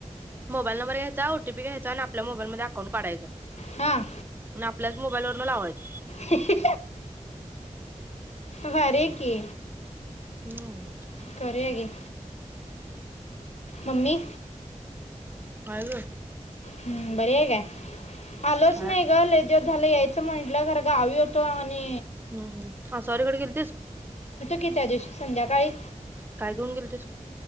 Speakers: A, on the right; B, on the left.
A: मोबाईल नंबर घ्यायचा ओटीपी घ्यायचा आणि आपल्या मोबाईल मधी अकाउंट काढायच आणि
B: हां
A: आपल्याच मोबाईल वरन लावायच
B: ही ही भारीय की
A: हम्म
B: करूया घे मम्मी
A: काय गं
B: हम्म बरी आहे काय आलोच
A: हाय.
B: नाही ग दिवस झाला यायचं म्हंटलं खरं गावी होतं आणि
A: हम्म हम्म <unintelligible>
B: कि त्या दिसशी संध्याकाळी,
A: काय घेऊन गेलतीस तु